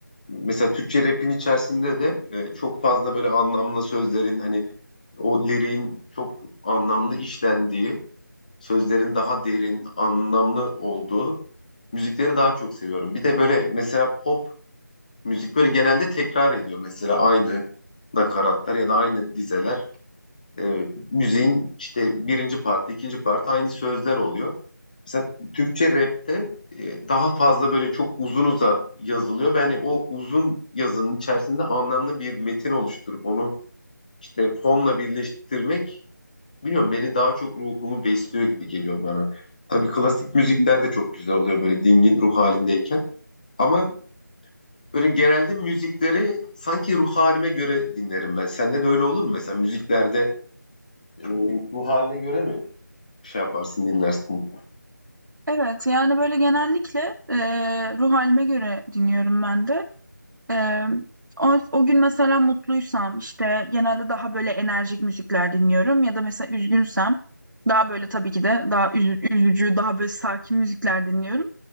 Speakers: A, on the left; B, on the right.
A: mesela Türkçe rap'in içerisinde de e, çok fazla böyle anlamlı sözlerin hani o liriğin çok anlamlı işlendiği, sözlerin daha derin, anlamlı olduğu müzikleri daha çok seviyorum. Bir de böyle mesela pop müzik böyle genelde tekrar ediyor. Mesela aynı nakaratlar ya da aynı dizeler. E, müziğin işte birinci parti, ikinci parti aynı sözler oluyor. Mesela Türkçe rapte e, daha fazla böyle çok uzunuza yazılıyor. Yani o uzun yazının içerisinde anlamlı bir metin oluşturup onu işte fonla birleştirmek bilmiyorum beni daha çok ruhumu besliyor gibi geliyor bana. Tabii klasik müzikler
B: <laughs>
A: de çok güzel oluyor böyle dingin ruh halindeyken. Ama böyle genelde müzikleri sanki ruh halime göre dinlerim ben. Sende de öyle olur mu? Mesela müziklerde e, ruh haline göre mi şey yaparsın, dinlersin.
B: Evet yani böyle genellikle eee ruh halime göre dinliyorum ben de. Ee, o, o gün mesela mutluysam işte genelde daha böyle enerjik müzikler dinliyorum ya da mesela üzgünsem daha böyle tabii ki de daha üzü- üzücü, daha böyle sakin müzikler dinliyorum.